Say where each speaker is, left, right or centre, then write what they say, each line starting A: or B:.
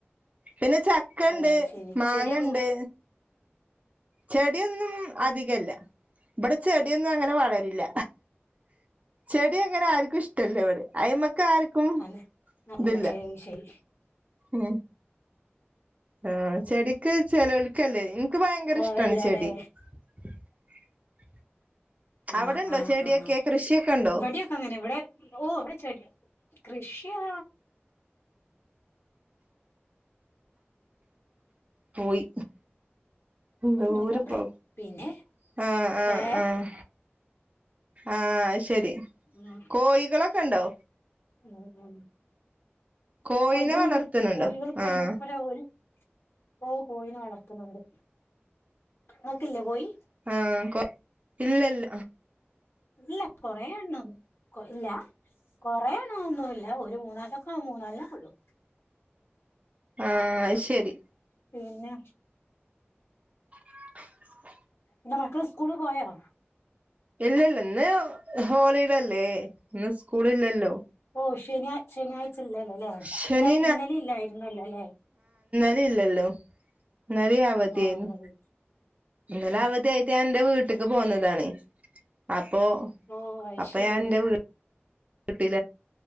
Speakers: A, on the right (about 35°); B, on the left (about 70°).
A: പിന്നെ ചക്ക
B: ഓ
A: ഉണ്ട്
B: അത് ശരി
A: മാങ്ങ
B: ചെടിയൊക്കെ
A: ഉണ്ട് ചെടിയൊന്നും അധികല്ല ഇവിടെ ചെടിയൊന്നും അങ്ങനെ വളരില്ല ചെടി അങ്ങനെ ആർക്കും ഇഷ്ടല്ലേ എവിടെ അയി്മ ക്ക ആർക്കും
B: അതെ അതെല്ലേ
A: ഇതില്ല
B: ശരി ശരി
A: ഉ ആഹ ചെടിക്ക് ചെിലവൾക്കല്ലേ എനിക്ക് ഭയങ്കര
B: പോവേല്ലല്ലേ
A: ഇഷ്ടമാണ് ചെടി <unintelligible>
B: ആഹ
A: അവിടെണ്ടോ
B: ആഹ
A: ചെടിയൊക്കെ
B: ആഹ
A: കൃഷിയൊക്കെ ഉണ്ടോ
B: വടിയോ കങ്ങന ഓ ച കൃഷ്യന
A: പോയി എന്തോ
B: ഒന്നുല്ല ഇവിടെ
A: പ്രോ
B: പിന്നെ
A: ആഹ ആഹ
B: ഏ
A: ആഹ ആഹ ശരി
B: ഉം
A: കോഴികളൊക്കെ ഉണ്ടോ
B: ഉം ഉം ഉം
A: കോഴിനെ
B: കോഴികളുണ്ട്
A: വളർത്തുന്നുണ്ടോ
B: കോഴികളൊക്കെ
A: ആഹ്
B: ഇണ്ട് ഇപ്പഴ ഒരു ഓ കോഴിനെ വളർത്തുന്നുണ്ട് നക്കില്ലേ കോയി
A: ആഹ ഇല്ല ഇല്ല
B: ഇല്ല കൊറേണ് ഇല്ല കൊറണ ഒന്നുമല്ല ഒരു മൂന്നാലൊക്കെ മൂന്നാല ഉള്ളു
A: ആഹ ശരി
B: പിന്നെ
A: <unintelligible>
B: ന്താ മക്കൾ സ്കൂള് പോയോ
A: ഇല്ലല്ല ഇന്ന് ഹോളില്ലേ ഇന്ന് സ്കൂള ഇല്ലല്ലോ
B: ഓ ശന ശനിയാഴ്ച ഇല്ലല്ലോ അല്ലേ
A: ശനി
B: ഇന്നലെ ഇന്നലെ ഇല്ലായിുന്നല്ലോ അല്ലെ
A: അല്ലല്ലോ നറ അവവധായിരുന്നു
B: ആഹ് ഇന്നലെ
A: ഇന്നലെ
B: ഉം
A: അവധിയ ആായിട്ട് ഞ എൻറെ വീട്ടക്ക് പോകുന്നതാണ് അപ്പൊ
B: ഓ അയ്ശരി
A: അപ്പൊ ഞാൻ എന്റെട്ട